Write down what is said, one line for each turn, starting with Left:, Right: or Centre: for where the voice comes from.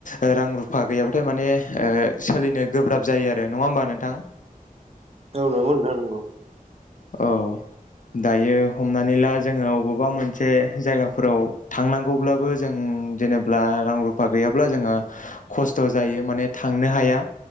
Left: ओ रां रुफा गैयाबाथाय माने दे ओ सोलिनो गोब्राब जायो आरो नङा होमबा नोंथां?
Right: औ नंगौ नोंथां नंगौ
Left: औ दायो हमनानै ला जोङो अबावबा मोनसे जायगाफोराव थांनांगौब्लाबो जों जेनेब्ला रां रुफा गैयाब्ला जोङो खस्थ' जायो माने थांनो हाया।